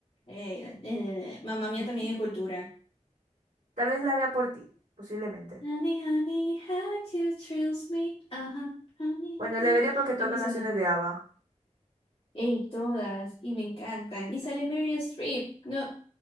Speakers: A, on the left; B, on the right.
A: Eh, eh, Mamma Mía
B: <laughs>
A: también es cultura.
B: Tal vez la vea por ti, posiblemente.
A: Honey, honey, how you thrills me. Ajá, honey,
B: Bueno,
A: honey.
B: la vería porque toca
A: Es muy
B: canciones
A: buena.
B: de ABBA.
A: Ey, todas, y me encantan. Y sale Meryl Streep. No,